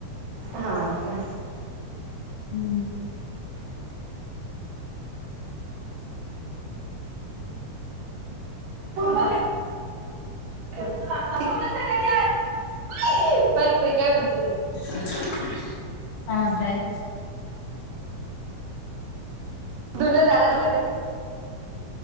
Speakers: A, on the right (about 90°); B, on the left (about 75°).
A: हा का
B: हम्म
A: बाय <unintelligible>
B: काय म्हणताय?
A: धून झालं <unintelligible>